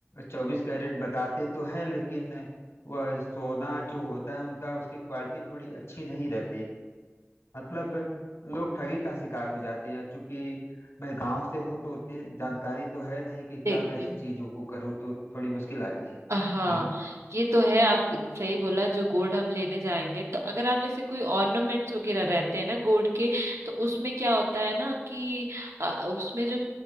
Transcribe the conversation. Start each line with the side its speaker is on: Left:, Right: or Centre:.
Left: चौबीस कैरेट बताते तो हैं लेकिन वह सोना जो होता है उनका उसकी क्वालिटी थोड़ी अच्छी नहीं रहती मतलब लोग ठगी का शिकार हो जाते हैं चूंकि मैं गांव से हूँ तो उतनी जानकारी तो है नहीं कि क्या
Right: देखिए
Left: कैसे चीजों को करूँ तो थोड़ी मुश्किल आती है
Right: हाँ
Left: हाँ
Right: ये तो है आपने सही बोला जो गोल्ड हम लेने जाएंगे तो अगर आप ऐसे कोई ऑर्नामेंट्स वगैरह रहते हैं ना गोल्ड के तो उसमें क्या होता है ना कि अ, उसमें जो